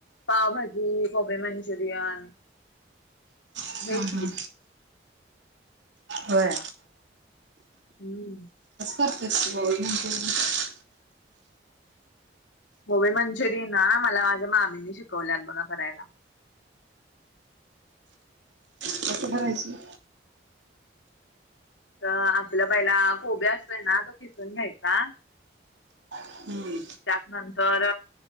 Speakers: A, on the left; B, on the right.
A: पावभाजी, कोबेमंचुरियन
B: हा
A: हेच की.
B: हा. होय.
A: हम्म.
B: तू खातीस कोबी मंचूरियन?
A: कोबी मंचुरियन ना मला माझ्या मामींनी शिकवल्यात बघा करायला.
B: कस करायची?
A: तर आपल पाहिला कोबी असतोय ना तो खिसून घ्यायचा
B: हम्म.
A: त्यातनंतर